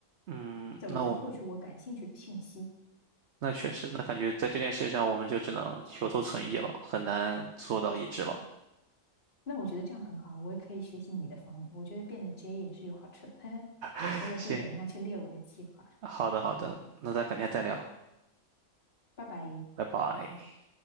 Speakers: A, on the right; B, on the left.
A: 嗯，
B: 在我在获取我感兴趣的信息。
A: 那我们那确实，那感觉在这件事上，我们就只能求同存异了，很难做到一致了。
B: 那我觉得这样很好，我也可以学习你的方面。我觉得变得 J 也是有好处的，嘿嘿，
A: <laughs>
B: 我也会等一下去列我的计划。
A: 行，好的好的，那咱改天再聊，
B: 拜拜。
A: 拜拜。